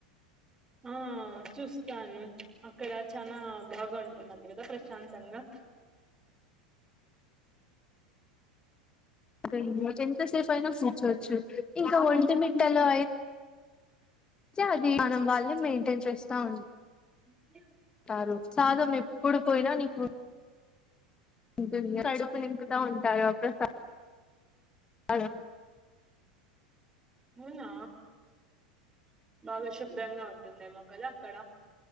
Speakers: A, on the right (about 15°); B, on the left (about 20°).
A: ఆ చూస్తాను అక్కడ చనా బాగాంటున్నా కదా ప్రశాంతంగా
B: అదో ఎంతసేపు అయినా కూూర్చోవచ్చు ఇంకా ఒంటి మింటాలో అయితే అతే అది మనం వాళ్ళు మెయింటైన్ చేస్తా ఉ
A: ఉ
B: అంటారు సాదం ఎప్పుడు పోయినా నీకు దుని కడుపు నింపుతూ ఉంటారు ఆ ప్రసాదాం అర
A: అవునా బాగా శుభ్రంగా ఉంటుందేమో కదా అక్కడ